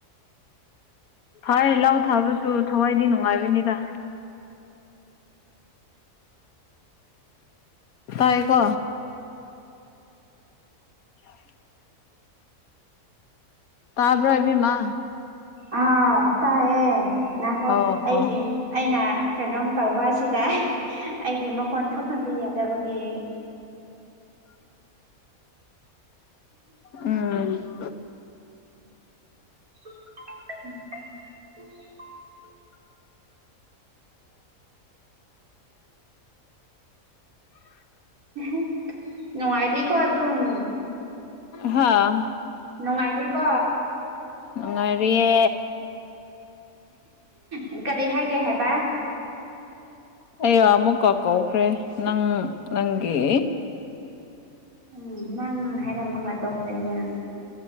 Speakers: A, on the left; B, on the right.
A: ꯐꯔ ꯂꯥꯎ ꯊꯥꯕꯁꯨ ꯊꯋꯥꯏꯗꯤ ꯅꯨꯡꯉꯥꯏꯕꯅꯤꯗ ꯇꯥꯏꯀꯣ <inaudible> ꯇꯥꯕ꯭ꯔ ꯏꯕꯤ ꯃꯥ
B: ꯑꯥꯎ ꯇꯥꯏꯌꯦ ꯉꯈꯣ
A: ꯑꯣ
B: ꯑꯩꯒꯤ
A: ꯑꯣ
B: ꯑꯩꯅ ꯀꯩꯅꯣꯝ ꯇꯧꯕ ꯑꯁꯤꯗ ꯑꯩꯒꯤ ꯃꯈꯣꯟ ꯊꯣꯛꯍꯟꯕ ꯌꯥꯗꯕꯒꯤ
A: <inaudible> ꯎꯝ
B: <unintelligible> <inaudible> ꯅꯨꯡꯉꯥꯏꯗꯤꯀꯣ ꯑꯗꯨ ꯑꯗꯨꯝ
A: ꯍꯥꯥ
B: ꯅꯨꯡꯉꯥꯏꯔꯤꯀꯣ
A: ꯅꯨꯡꯉꯥꯏꯔꯤꯌꯦ
B: ꯎꯝ ꯀꯔꯤ ꯍꯥꯏꯒꯦ ꯍꯥꯏꯕ
A: ꯑꯩ ꯑꯃꯨꯛꯀ ꯀꯧꯈ꯭ꯔꯦ ꯅꯪ ꯅꯪꯒꯤ
B: ꯎꯝ ꯅꯪ ꯍꯥꯏꯔꯝꯃꯒ ꯇꯣꯛꯈ꯭ꯔꯦ ꯅꯪ